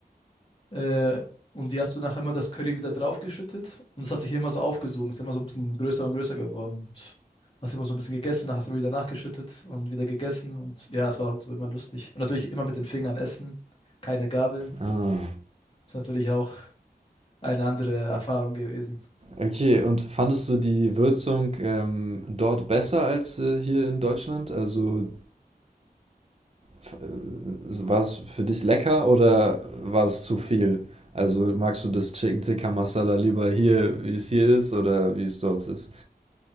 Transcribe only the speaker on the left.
Äh, und die hast du nachher immer das Curry wieder draufgeschüttet und es hat sich immer so aufgesogen, ist immer so ein bisschen größer und größer geworden und hast immer so ein bisschen gegessen, nachher hast du immer wieder nachgeschüttet und wieder gegessen und ja, es war halt so immer lustig. Und natürlich immer mit den Fingern essen, keine Gabeln.
Ist natürlich auch eine andere Erfahrung gewesen.